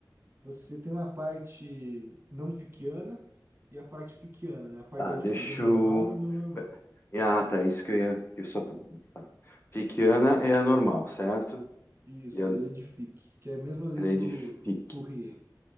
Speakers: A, on the right; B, on the left.
A: Você tem uma parte não fickiana e a parte fickiana, né? A parte
B: Tá,
A: da difusão
B: deixa
A: normal
B: eu...
A: e não normal.
B: pe- Ah, tá, isso que eu ia... Que eu só... tá. Fickiana é a normal, certo?
A: Isso,
B: E a
A: é a lei de Fick, que é a mesma lei
B: lei
A: do
B: de Fick,
A: Fourier.